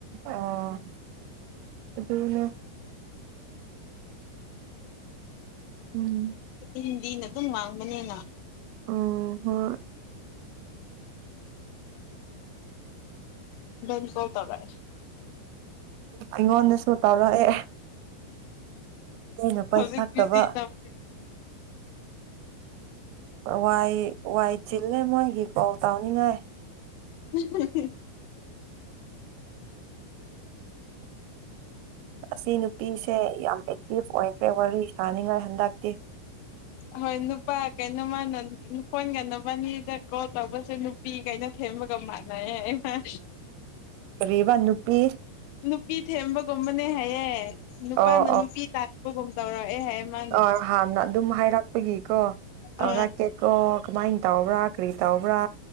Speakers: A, on the right; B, on the left.
A: ꯑꫭ ꯑꯗꯨꯅꯦ ꯎꯝ
B: ꯍꯤꯟꯗꯤꯅ ꯑꯗꯨꯝ ꯉꯥꯡꯕꯅꯤꯅ
A: ꯑꯣ ꯍꯣꯏ
B: <unintelligible>
A: ꯑꯩꯉꯣꯟꯗ ꯁꯨ ꯇꯧꯔꯛꯑꯦ ꯑꯩꯅ ꯄꯥꯏꯈꯠꯇꯕ
B: ꯍꯧꯖꯤꯛ ꯕꯤꯖꯤ ꯅꯝ
A: ꯋꯥꯏ ꯋꯥꯏ ꯆꯤꯜꯂꯦ ꯃꯣꯏꯒꯤ ꯀꯣꯜ ꯇꯧꯅꯤꯡꯉꯥꯏ
B: <unintelligible>
A: ꯑꯁꯤ ꯅꯨꯄꯤꯁꯦ ꯌꯥꯝ ꯑꯦꯛꯇꯤꯚ ꯑꯣꯏꯈ꯭ꯔꯦ ꯋꯥꯔꯤ ꯁꯥꯅꯤꯡꯉꯥꯏ ꯍꯟꯗꯛꯇꯤ
B: ꯍꯣꯏ ꯅꯨꯄꯥ ꯀꯩꯅꯣꯃꯅ ꯀꯣꯟꯒꯅꯕꯅꯤꯗ ꯀꯣꯜ ꯇꯧꯕꯁꯦ ꯅꯨꯄꯤ ꯀꯩꯅ ꯊꯦꯝꯕꯒ ꯃꯥꯟꯅꯩ ꯍꯥꯌꯦ ꯃꯥꯅ
A: ꯀꯔꯤꯕꯥ ꯅꯨꯄꯤ
B: ꯅꯨꯄꯤ ꯊꯦꯝꯕꯒꯨꯝꯕꯅꯦ ꯍꯥꯏꯌꯦ ꯅꯨꯄꯥꯅ
A: ꯑꯣ
B: ꯅꯨꯄꯤ ꯇꯥꯟ ꯅꯕꯒꯨꯝ ꯇꯧꯔꯛꯑꯦ ꯍꯥꯏꯌꯦ ꯃꯥꯅ
A: ꯑ ꯍꯥꯟꯅ ꯑꯗꯨꯝ ꯍꯥꯏꯔꯛꯄꯒꯤꯀꯣ ꯇꯧꯔꯛꯀꯦ
B: ꯑꯥ
A: ꯀꯣ ꯀꯃꯥꯏꯟ ꯇꯧꯕ꯭ꯔꯥ ꯀ꯭ꯔꯤ ꯇꯧꯕ꯭ꯔꯥ